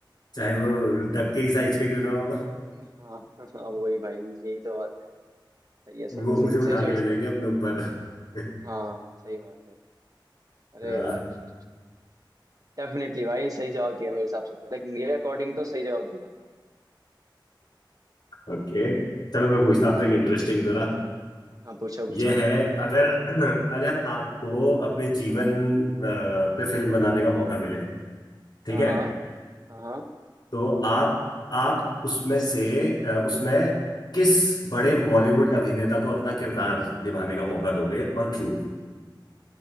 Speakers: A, on the left; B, on the right.
A: चाहे वो डक के ही साइज के क्यों ना हो
B: <laughs> हाँ हाँ वही भाई यही तो बात है सही है सही
A: वो
B: है सही
A: मुझे उठा
B: सही चॉइस
A: के ले जाएंगे
B: करा
A: अपने ऊपर <laughs> है
B: हाँ सही बात है अरे
A: ना
B: यार <laughs> डेफिनेटली भाई सही जवाब दिया मेरे हिसाब से तो लाइक मेरे अकॉर्डिंग तो सही जवाब
A: ओके चलो मैं पूछता हूँ आपसे एक इंटरेस्टिंग जरा
B: हाँ पूछो पूछो
A: यह है अगर <clears throat> अगर आपको अपने जीवन अ, पे फिल्म बनाने का मौका मिले ठीक
B: हाँ
A: है
B: हाँ हाँ हाँ
A: तो आप आप उसमें से अ, उसमें किस बड़े बॉलीवुड अभिनेता को अपना किरदार निभाने का मौका दोगे और क्यों